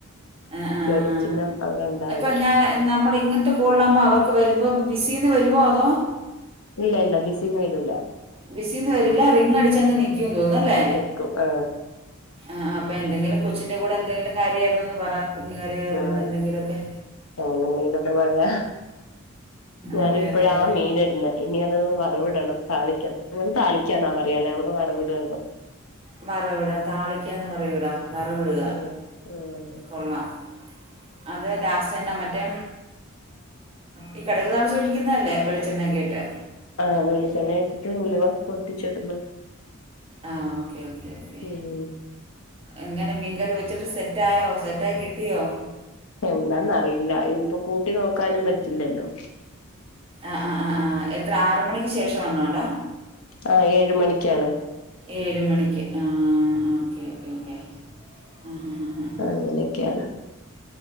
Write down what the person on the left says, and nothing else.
ചോദ്യചിഹ്നം
അവിടെ ഉണ്ടാവൂലേ
ഇല്ല ഇല്ല ബിസീന്ന് വരൂല.
നിക്കും ആഹ്
ആഹ്
അങ്ങനെ എന്തെങ്കിലൊക്കെ പറയാ ഞാനിപ്പഴാ
ആ മീന് ഇടുന്നെ ഇനി അത് വറവ്ടണം. താളിക്കണം നിങ്ങൾ താളിക്കന്നാ പറയാല്ലേ. മ്മള് വറവിടാന്ന്
ഉം ഉം
ആഹ് വെളിച്ചെണ്ണ ഒഴിച്ചിട്ട് ഉലുവ പൊട്ടിച്ചിടുന്ന
ഉം
എന്താന്നറിയില്ല ഇൻപ്പം കൂട്ടി നോക്കാനും പറ്റില്ലല്ലോ.
ആഹ് ഏഴ് മണിക്കാണ്.
അങ്ങിനൊക്കാണ്